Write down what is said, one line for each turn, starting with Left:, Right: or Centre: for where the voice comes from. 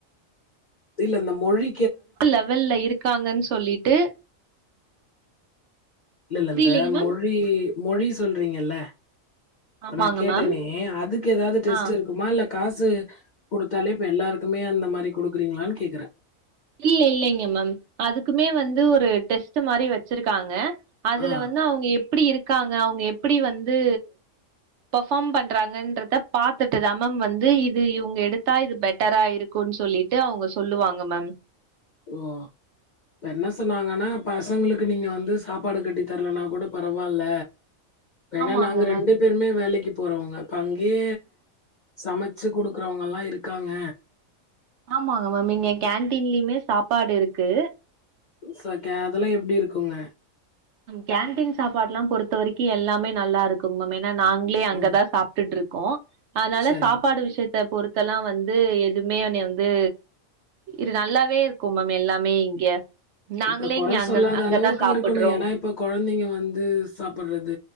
Left: இல்ல இந்த மொழி
Right: கு லெவல்ல இருக்காங்கன் சொல்லிட்டு
Left: இல்லல்ல
Right: புரியலீங்க
Left: இந்த
Right: மேம்
Left: மொழி மொழி சொல்றீங்கல்ல இப்ப
Right: ஆமாங்க
Left: நா கேட்டனே
Right: மேம்
Left: அதுக்கு எதாவது டெஸ்ட்
Right: ஆ
Left: இருக்குமா இல்ல காசு குடுத்தாலே இப்ப எல்லாருக்குமே அந்த மாரி குடுக்குறீங்ளான்னு கேக்குற
Right: இல்ல இல்லைங்க மேம் அதுக்குமே வந்து ஒரு டெஸ்ட் மாரி வச்ருக்காங்க அதுல
Left: ஆ
Right: வந்து அவங்க எப்டி இருக்காங்க அவங்க எப்டி வந்து பர்ஃபார்ம் பண்றாங்கன்றத பாத்துட்டு தா மேம் வந்து இது இவங்க எடுத்தா இது பெட்டரா இருக் குன்னு சொல்லிட்டு அவுங்க சொல்லுவாங்க மேம்
Left: ஓ அப்ப என்ன சொன்னாங்கன்னா பசங்களுக்கு நீங்க வந்து சாப்பாடு கட்டி தரலன்னா கூட பரவால்ல வேண்ணா
Right: ஆமாங்க
Left: நாங்க
Right: மேம்
Left: ரெண்டு பேருமே வேலைக்கு போறவங்க அங்யே சமைச்சு கொடுக்குறவங்கல்லா இருக்காங்க
Right: ஆமாங்க மேம் இங்க கேன்டீன்லயுமே சாப்பாடு இருக்கு
Left: <unintelligible> அதெல்லா எப்டி இருக்குங்க
Right: கேண்டடீன் சாப்பாடுலா பொறுத்த வரைக்கு எல்லாமே நல்லா இருக்குங் மேம் ஏன்னா நாங்களே அங்கதா
Left: ம்
Right: சாப் டுட்ருக்கோ அதனால
Left: சரிங்க
Right: சாப்பாடு விஷயத்த பொறுத்தலா வந்து எதுமே என்னைய வந்து இது நல்லாவே இருக்கு மேம் எல்லாமே இங்க நாங்களே
Left: இப்ப குறை
Right: இங்க அங்க
Left: சொல்லாத
Right: அங்கதா
Left: அளவுக்கு
Right: சாப்புட்றோ
Left: இருக்கணும் ஏன்னா இப்ப கொழந்தைங்க வந்து சாப்பட்றது